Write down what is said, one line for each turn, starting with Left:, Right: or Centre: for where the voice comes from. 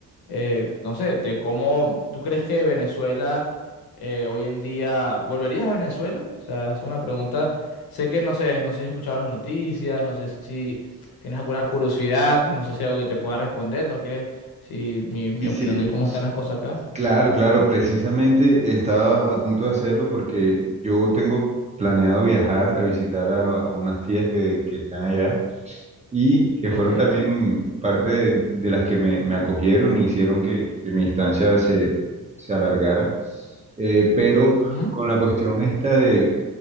Left: eh, no sé, de cómo tú crees que Venezuela eh, hoy en día, ¿volverías a Venezuela? O sea, es una pregunta, sé que no sé, no sé si has escuchado las noticias, no sé si tienes alguna curiosidad, no sé si hay algo que te pueda responder, ¿no quieres? Si mi, mi
Right: Sí,
Left: opinión
Right: sí.
Left: de cómo están las cosas acá.
Right: Claro, claro, precisamente estaba a punto de hacerlo porque yo tengo planeado viajar a visitar a, a unas tías que, que están allá y que
Left: Ok.
Right: fueron también parte de, de las que me, me acogieron y hicieron que, que mi estancia se, se alargara. Eh, pero
Left: Ujú.
Right: con la cuestión esta de,